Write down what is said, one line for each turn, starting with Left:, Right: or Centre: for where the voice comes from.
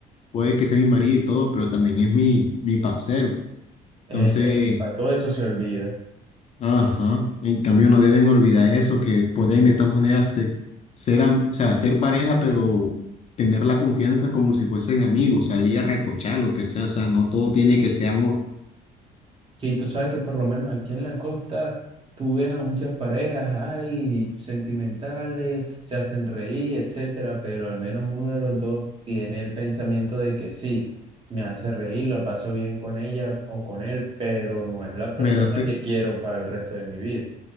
Left: puede que sea mi marido y todo, pero también es mi, mi parcero.
Right: Eh,
Left: Entonces,
Right: para todo eso se olvida.
Left: ajá, en cambio no deben olvidar eso, que pueden de tal manera se- ser, am- o sea, ser pareja, pero tener la confianza como si fuesen amigos, salir a recochar, lo que sea, o sea, no todo tiene que ser amor.
Right: Sí, tú sabes que por lo menos aquí en la costa tú ves a muchas parejas, hay sentimentales, se hacen reír, etcétera, pero al menos uno de los dos tiene el pensamiento de que sí, me hace reír, la paso bien con ella o con él, pero no es la persona
Left: Me da pe,
Right: que quiero para el resto de mi vida.